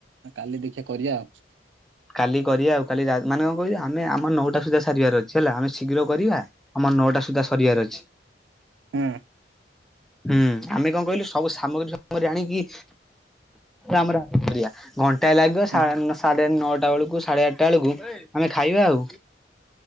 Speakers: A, on the right; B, in the centre.
A: କାଲି ଦେଖିବା କରିବା ଆଉ।
B: କାଲି କରିବା ଆଉ କାଲି ମାନେ କଣ କହିବ ଆମ ଆମ ନଅଟା ସୁଦ୍ଧା ସାରିବାର ଅଛି ହେଲା ଆମେ ଶୀଘ୍ର କରିବା। ଆମର ନଅଟା ସୁଦ୍ଧା ସରିବାର ଅଛି।
A: ହୁଁ।
B: ହୁଁ ଆମେ କଣ କହିଲୁ ସବୁ ସାମଗ୍ରୀ ସାମଗ୍ରୀ ଆଣିକି, <inaudible> ଘଣ୍ଟାଏ ଲାଗିବ ସା
A: ହୁଁ
B: ସାଢେ ନଅଟା, ଆଠଟା ବେଳକୁ ସାଢେ ଆଠଟା ବେଳକୁ ଆମେ ଖାଇବା ଆଉ